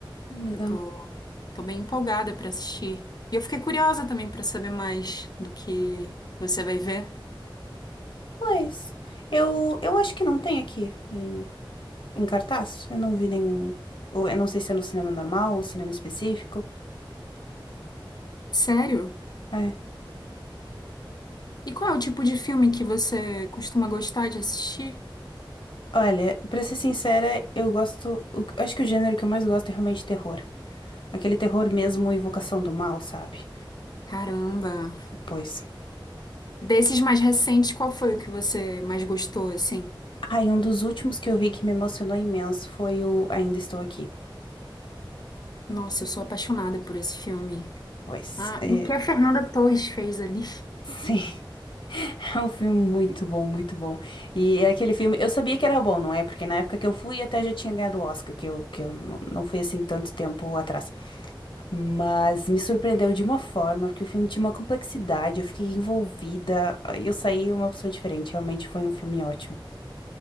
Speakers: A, on the left; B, on the left.
A: Legal.
B: Eu tô Tô bem empolgada pra assistir. E eu fiquei curiosa também pra saber mais do que você vai ver.
A: Pois, eu, eu acho que não tem aqui em, em cartaz. Eu não vi nenhum. Ou eu não sei se é no cinema normal ou cinema específico.
B: Sério?
A: É.
B: E qual é o tipo de filme que você costuma gostar de assistir?
A: Olha, pra ser sincera, eu gosto. o- acho que o gênero que eu mais gosto é realmente terror. Aquele terror mesmo, evocação do mal, sabe?
B: Caramba.
A: Pois.
B: Desses mais recentes, qual foi o que você mais gostou, assim?
A: Ah, e um dos últimos que eu vi que me emocionou imenso foi o Ainda Estou Aqui.
B: Nossa, eu sou apaixonada por esse filme.
A: Pois,
B: Ah,
A: é,
B: o que a Fernanda Torres fez ali?
A: <laughs> sim. <laughs> É um filme muito bom, muito bom. E é aquele filme, eu sabia que era bom, não é? Porque na época que eu fui até já tinha ganhado o Oscar, que eu, que eu não não fui assim tanto tempo atrás. Mas me surpreendeu de uma forma, porque o filme tinha uma complexidade, eu fiquei envolvida, e eu saí uma pessoa diferente. Realmente foi um filme ótimo.